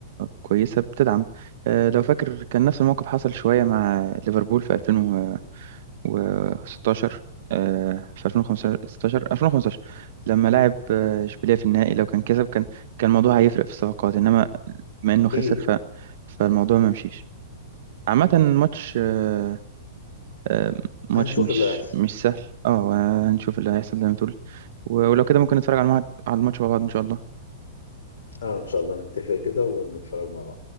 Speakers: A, on the right (about 60°); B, on the left (about 75°).
A: كويسة بتدعم آه، لو فاكر كان نفس الموقف حصل شوية مع ليفربول في 2016 آه، في 2015 2015 لما لعب آه، إشبيلية في النهائي لو كان كسب كان كان الموضوع هيفرق في الصفقات إنما بما إنه
B: أكيد
A: خسر ف فالموضوع ما مشيش عامة ماتش آه، آه، ماتش
B: هنشوف
A: مش
B: اللي هيحصل
A: مش سهل اه هنشوف اللي هيحصل زي ما تقول ولو كده ممكن نتفرج على المع- على الماتش مع بعض إن شاء الله
B: اه ان شاء الله نتفق كده ونتفرج مع بعض